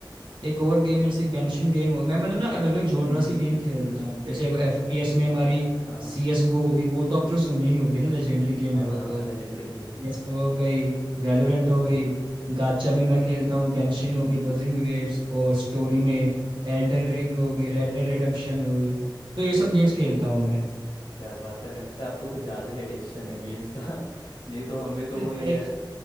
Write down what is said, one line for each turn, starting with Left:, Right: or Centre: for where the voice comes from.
Right: एक और गेम है जैसे गेंशिन गेम हो मैं मतलब ना अलग अलग जोनरास
Left: हम्म
Right: की गेम खेलता
Left: हम्म हम्म,
Right: हूँ जैसे अब एफपीएस में हमारी
Left: हाँ
Right: सी एस गो होगी वो तो आप तो सुनी ही होगी ना लेजेंडरी गेम
Left: हाँ
Right: है वो तो
Left: लेजेंडरी गेम
Right: CS:GO
Left: है वो
Right: हो गई वैलोरेंट हो
Left: हम्म
Right: गई गाचा
Left: हम्म,
Right: में मैं खेलता हूँ गेंशिन
Left: हम्म
Right: हो गई वजिंग वेव्स और स्टोरी में एल्डन रिंग हो गई रेड डेड रिडेम्पशन हो गई तो ये सब गेम्स खेलता हूँ मैं
Left: क्या बात है लगता है आपको कुछ ज्यादा ही एडिक्शन है गेम्स का <laughs> नहीं तो हमें तो वही
Right: एडिक्शन
Left: है